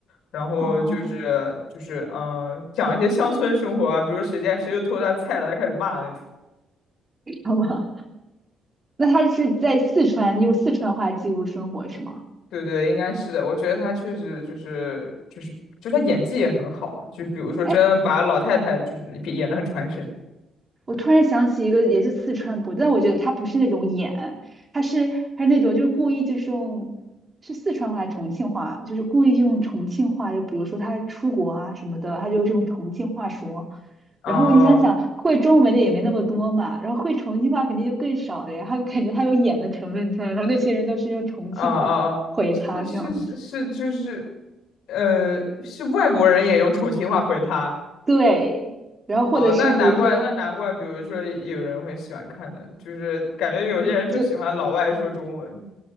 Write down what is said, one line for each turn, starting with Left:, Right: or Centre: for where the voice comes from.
Left: 然后就是就是嗯、
Right: 哦，
Left: 呃讲一些乡村生活啊，比如谁家谁又偷他菜了，他开始骂那种。
Right: <laughs> 好吧，那他是在四川用四川话记录生活是吗？
Left: 对对，应该是的。我觉得他确实就是就是就他演技也很好，就比如说真的把老太太就是演得很传神。
Right: 哎。我突然想起一个也是四川播的，但我觉得他不是那种演，他是他是那种就是故意就是用是四川话还是重庆话，就是故意用重庆话，就比如说他出国啊什么的，他就是用重庆话说。
Left: 哦
Right: 然后你想想，会中文的也没那么多嘛，然后会重庆话肯定就更少了呀。他感觉他有演的成分在，然后那些人都是用重庆话回他这样子。
Left: 哦哦哦，是是是是，就是，呃，是外国人也用重庆话回他。
Right: 对，然后或者是比如说，
Left: 哦，那难怪，那难怪，比如说有人会喜欢看的，就是感觉有些人就喜欢老外说中文。
Right: 就